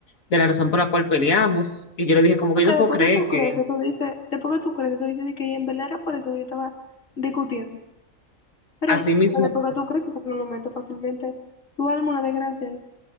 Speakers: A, on the left; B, on the left.
A: de la razón por la cual peleamos. Y yo le dije, como
B: Porque
A: que yo no puedo
B: después
A: creer
B: que tú
A: que
B: creces, tú dices, después que tú creces, tú dices de que en verdad era por eso que yo estaba discutiendo. Pero
A: así mismo,
B: después que
A: es.
B: tú creces, porque en el momento fácilmente tu alma una desgracia ahí.